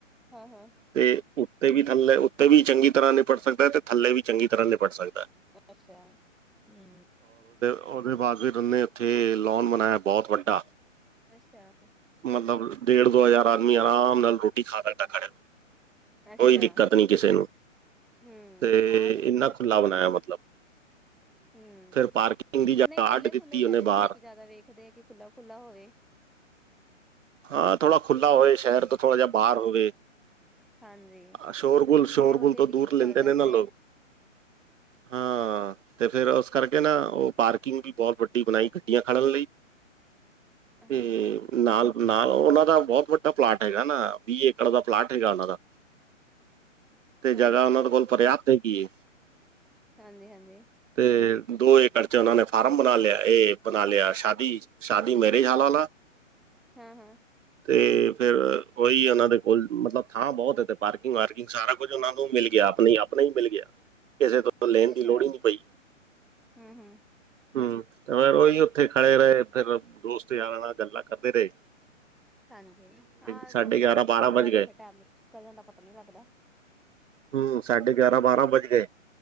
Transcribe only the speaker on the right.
ਤੇ ਉੱਤੇ ਵੀ ਥੱਲੇ ਉੱਤੇ ਵੀ ਚੰਗੀ ਤਰ੍ਹਾਂ ਨਿਪਟ ਸਕਦਾ ਤੇ ਥੱਲੇ ਵੀ ਚੰਗੀ ਤਰ੍ਹਾਂ ਨਿਪਟ ਸਕਦੈ।
ਔਦੇ ਬਾਅਦ ਫੇਰ ਔਨੇ ਔਥੇ ਲੋਨ ਬਣਾਇਆ ਬੋਤ ਵੱਡਾ
ਮਤਲਬ ਡੇਢ ਦੋ ਹਜ਼ਾਰ ਆਦਮੀ ਆਰਾਮ ਨਾਲ ਰੋਟੀ ਖਾ ਸਕਦੈ ਖੜੇ
ਕੋਈ ਦਿੱਕਤ ਨੀ ਕਿਸੇ ਨੂੰ
ਤੇ
ਇੰਨਾ
ਖੁਲਾ
ਬਣਾਇਆ ਮਤਲਬ
ਫਿਰ ਪਾਰਕਿੰਗ ਦੀ ਜਗ੍ਹਾ
ਅੱਡ ਦਿੱਤੀ
ਉਹਨੇ
ਬਾਹਰ
ਹਾਂ ਥੋੜ੍ਹਾ ਖੁੱਲ੍ਹਾ ਹੋਵੇ ਸ਼ੈਰ ਤੋਂ ਥੋੜ੍ਹਾ ਜੇਹਾ ਬਾਰ ਹੋਵੇ।
ਸ਼ੋਰਗੁਲ ਸ਼ੋਰਗੁਲ
ਤੋਂ
ਦੂਰ
ਲੈਂਦੇ
ਨੇ ਨਾ ਲੋਕ
ਹਾਂ ਤੇ ਫੇਰ ਔਸ ਕਰਕੇ ਨਾ ਔ ਪਾਰਕਿੰਗ ਵੀ ਬੋਤ ਵੱਡੀ ਬਣਾਈ ਗੱਡੀਆਂ ਖੜਨ ਲਈ ਤੇ
ਨਾਲ ਨਾਲ ਔਨਾਂ ਦਾ ਬੋਤ ਵੱਡਾ ਪਲਾਟ ਹੈਗਾ ਨਾ ਵੀਹ ਏਕੜ ਦਾ ਪਲਾਟ ਹੈਗਾ ਔਨਾਂ ਦਾ ਤੇ ਜਗ੍ਹਾ
ਔਨਾਂ ਦੇ ਕੋਲ ਪਰਯਾਪਤ ਹੈ ਕੀ ਏ।
ਤੇ ਦੋ ਏਕੜ ਚ ਔਨਾਂ ਨੇ ਫਾਰਮ ਬਣਾ ਲਿਆ। ਏ ਬਣਾ ਲਿਆ ਸ਼ਾਦੀ ਸ਼ਾਦੀ ਮੈ ਤੇ ਹਲਾਂ ਨਾ,
ਤੇ ਫੇਰ ਔਈ ਔਨਾਂ ਦੇ ਕੋਲ ਮਤਲਬ ਥਾਂ ਬਹੋਤ ਇਥੇ ਪਾਰਕਿੰਗ ਵਾਰਕਿੰਗ ਸਾਰਾ ਕੁ ਕੁਝ ਔਨਾ ਕੋ ਮਿਲ ਗਿਆ ਆਪਣੀ ਆਪਣੇ ਹੀ ਮਿਲ ਗਿਆ ਕਿਸੇ ਤੋਂ ਲੈਣ
ਦੀ ਲੋੜ ਈ ਨੀ ਪਈ,
ਹਮ ਤੇ ਫੇਰ ਔਈ ਔਥੇ ਖੜੇ ਰੇ ਫੇਰ ਦੋਸਤ ਯਾਰਾਂ ਨਾਲ ਗੱਲਾਂ ਕਰਦੇ ਰੇ
ਸਾਢੇ
ਗਿਆਰਾਂ
ਬਾਰਾਂ
ਵੱਜ
ਗਏ
ਹੂੰ ਸਾਢੇ ਗਿਆਰਾਂ, ਬਾਰਾਂ ਵੱਜ ਗੇ